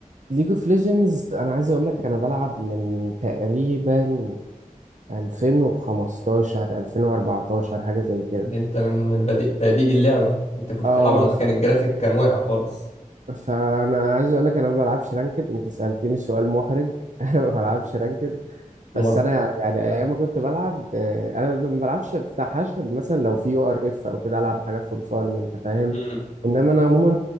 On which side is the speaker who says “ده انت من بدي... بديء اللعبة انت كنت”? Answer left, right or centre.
Left